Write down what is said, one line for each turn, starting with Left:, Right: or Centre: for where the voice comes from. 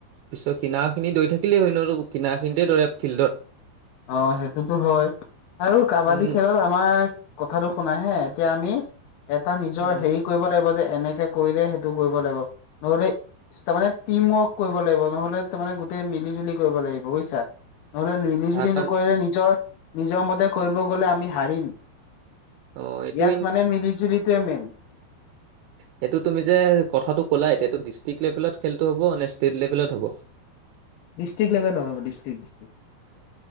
Right: পিছত কিনাৰখিনি দৈ থাকিলেই হয় নো কিনাৰখিনিতেই দৌৰে ফিল্ডত।
Left: অ সেইটোতো হয় আৰু কাবাডী
Right: উম,
Left: খেলত আমাৰ কথাটো শুনাই হে এতিয়া আমি এটা নিজৰ
Right: উম,
Left: হেৰি কৰিব লাগিব যে এনেকে কৰিলে সেইটো কৰিব লাগিব নহলে তাৰ মানে টিম ৱৰ্ক কৰিব লাগিব নহলে তাৰ মানে গোটেই মিলি জুলি কৰিব লাগিব বুইছা নহলে মিলি
Right: তাৰ
Left: যদি
Right: কাৰণ
Left: নকৰিলে নিজৰ নিজৰ মতে কৰিব গলে আমি হাৰিম। ইয়াত
Right: অ' এইটো
Left: মানে মিলি জুলিটোৱে মেইন।
Right: সেইটো তুমি যে কথাটো ক'লা এতিয়ো ডিষ্ট্ৰিক লেভেলত খেলটো হ'ব নে ষ্টেট লেভেলত হ'ব?
Left: ডিষ্ট্ৰিক্ লেভেল হব ডিষ্ট্ৰিক্ ডিষ্ট্ৰিক।